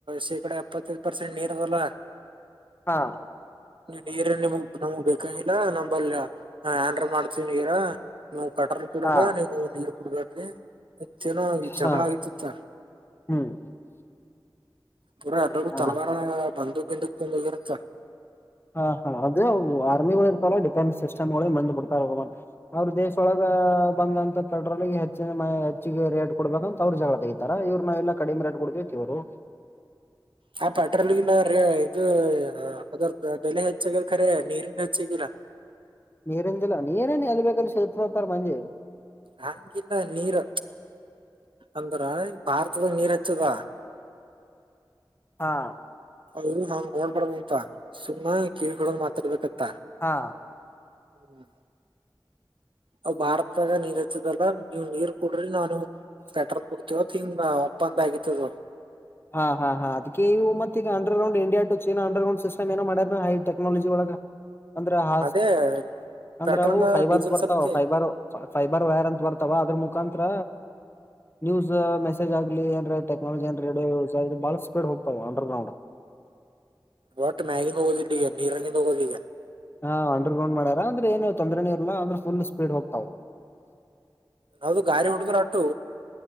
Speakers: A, on the right; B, on the left.
A: ಶೇಕಡಾ ಎಪ್ಪತ್ತೈದು ಪರ್ಸೆಂಟ್ ನೀರ್ದಲ್ಲ
B: ಹಾಂ
A: ನೀರ್ ನಿಮಗ್ ನಮಗ್ ಬೇಕಾಗಿಲ್ಲ ನಂಬಲ್ ಆನ್್ರ ಮಾಡ್ತೀವಿ ನೀರ ನಾವು ಕಟ್ರ ಕೊಡಲ್ಲ
B: ಹಾ
A: ನೀನು ನೀರ್ ಕುಡ್ಬಾದ್ರಿ ಮತ್ತೇಏನ ಜಗಳ
B: ಹಾ
A: ಆಗಿತಿತ್ತ
B: ಹ್ಮ್
A: ಪೂರ ಎಲ್ಲೂ
B: ಹಾ
A: ತಲವಾರ ಬಂದ ಗಿಿಂದ ಕುಂದೋಗಿರುತ್ತಾ
B: ಹಾ ಹಾ ಅದದು ಆರ್ಮಿಗಳು ಇರ್ತಾರ ಡಿಫೆನ್ಸ್ ಸಿಸ್ಟಮ್ಗಳು ಬಂದ್ ಬಿಡ್ತಾರ ಅವ್ರ ದೇಶ ಒೊಳಗ ಬಂದಂತ ಪೆಟ್ರೋಲ್ಗೆ ಹೆಚ್ಚಿನ ಹೆಚ್ಚಿಗೆ ರೇಟ್ ಕೊಡ್ಬೇಕ ಅಂತ ಅವ್ರರು ಜಗಳ ತೆತಾರೆ ಇವರು ನಾವೆಲ್ಲ ಕಡಿಮೆ ರೇಟ್ ಕೊಡ್ತಿೀವಿತಿವರು
A: ಹಾ ಪೆಟ್ರೋಲ್ಗಿಲ್ಲೀ ಇದು ಅದ ಬೆಲೆ ಹೆಚ್ಚಗದ ಖರೆ ನೀರಿಂದ ಹೆಚ್ಚಾಗಿಿಲ್ಲ
B: ನೀರಿಂದಿಲ್ಲ ನೀರೇನ್ ಎಲ್ ಬೇಕಲ್ ಶತ್ರತಾರ್ ಮಂದಿ
A: ಹಂಗಿಲ್ಲ ನೀರ್ ಅಂದ್ರ ಈ ಭಾರತದಾಗ ನೀರ್ ಹಚ್ಚದ.
B: ಹಾ.
A: ಹೌದು ಹಾಂಗ್ ನೋಡ್ಬಾರಡ್ದ ಅಂತ ಸುಮ್ಮ ಕೀ ಹಡಂಗ ಮಾತಾಡ್ಬೇಕತ್ತ.
B: ಹಾ.
A: ಹ್ಮ್. ಅವ್ ಭಾರತಾಗ ನೀರ್ ಹಚ್ಚದಲ್ಲ ನೀವ್ ನೀರ್ ಕುಡ್ರಿ ನಾನು. ಸ್ವೆಟರ್ ಕುಡ್ತಿವ ಹಂಗ ಒಪ್ಪಂದ ಆಗತದು.
B: ಹಾ ಹಾ ಹಾ ಅದ್ ಇವು ಮತ್ತ ಈಗ ಅಂಡರ್ಡ ಇಂಡಿಯ ಟ ಚೀನಾ ಅಂಡರ್ಡ್ ಸಿಸ್ಟ್ ಏನ ಮಾಡಾರ ಹೈ ಟೆಕ್ನಾಲಜಿ ಒಳಗ. ಅಂದ್ರೆ ಹ
A: ಅದೇ
B: ಅಂದ್ರೆ
A: ಪೆಟ್ರೋಲ್
B: ಅವು ಫೈಬರ್ಸ್
A: ಡೀಸೆಲ್
B: ಬರ್ತಾವ
A: ಸಲಿಕೆ
B: ಫೈಬರ್. ಫೈಬರ್ ವೈರ್ ಅಂತ ಬರ್ತಾವ ಅದ್ರ ಮುಖಾಂರ. ನ್ಯಸ್ ಮೆಸೇಜ್ಗ್ಲಿ ಏನ್ ಟೆಕ್ಲಜಿ ಏನ್ ರೇಡೋ ಬಾಳ ಸ್ಪೀಡ್ ಹೋಗ್ತಾವ ಅಂಡರಡ್.
A: ಒಟ್ಟ ಮ್ಯಾಗಿದ ಹೋಗೋದಿಟ್ಟ ಈಗ ನೀರಂಗಿನ್ ಹೋಗೋದ ಈಗ.
B: ಹಾ ಅಂಡರ್ ಗ್ರೌಂಡ್ ಮಾಡ್ಯಾರ ಅಂದ್ರೆ ಏನು ತೊಂದೆೇ ಇಲ್ಲ ಅಂದ್ರೆ ಫುಲ್ ಸ್ಪೀಡ್ ಹೋಗ್ತಾವ್
A: ನಾವ್ದ ಗಾರಿ ಹುಡದ್ರ ಅಟ್ಟು.